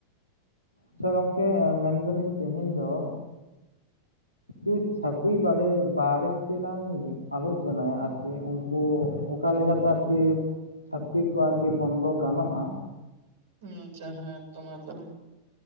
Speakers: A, on the right; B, on the right.
A: ᱟᱪᱪᱷᱟ ᱜᱚᱝᱠᱮ ᱢᱮᱱᱫᱟᱞᱤᱧ ᱛᱮᱦᱮᱧ ᱫᱚ ᱠᱤ ᱪᱷᱟᱹᱯᱨᱤ ᱵᱟᱲᱮ ᱵᱟᱨᱮ ᱛᱮᱞᱟᱝ ᱟᱞᱳᱪᱚᱱᱟᱭᱟ ᱟᱨ ᱟᱨ ᱠᱤ ᱩᱱᱠᱩ ᱚᱠᱟ ᱞᱮᱠᱟᱛᱮ ᱟᱨᱠᱤ ᱪᱷᱟᱹᱯᱨᱤ ᱠᱚ ᱟᱨᱠᱤ ᱵᱚᱱᱫᱚ ᱜᱟᱱᱚᱜᱼᱟ ᱾
B: ᱟᱪᱪᱷᱟ ᱦᱮᱸ ᱛᱚ ᱢᱟ ᱛᱟᱵᱮ,